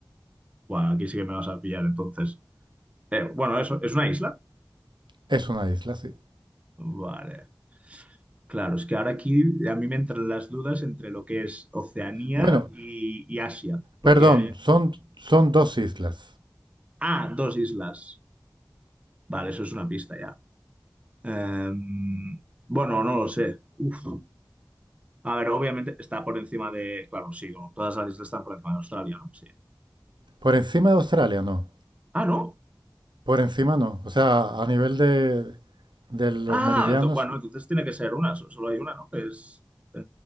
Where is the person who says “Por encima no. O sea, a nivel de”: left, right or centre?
Right